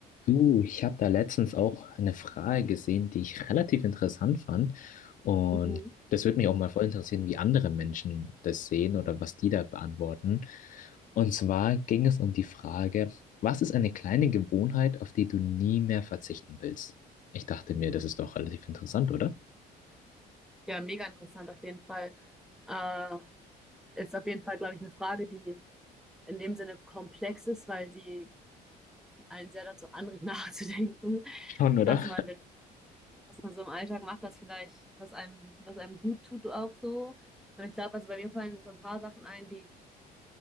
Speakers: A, on the left; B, in the centre.
A: Du, ich habe da letztens auch eine Frage gesehen, die ich relativ interessant fand. Und
B: Mhm.
A: das würde mich auch mal voll interessieren, wie andere Menschen das sehen oder was die da beantworten. Und zwar ging es um die Frage, was ist eine kleine Gewohnheit, auf die du nie mehr verzichten willst? Ich dachte mir, das ist doch relativ interessant, oder?
B: Ja, mega interessant auf jeden Fall. Äh, ist auf jeden Fall, glaube ich, eine Frage, die in dem Sinne komplex ist, weil sie einen sehr dazu anregt, <laughs> nachzudenken,
A: Schon, oder?
B: was man denn, was man so im Alltag macht, was vielleicht, was einem, was einem gut tut auch so. Und ich glaube, also bei mir fallen so ein paar Sachen ein, die ich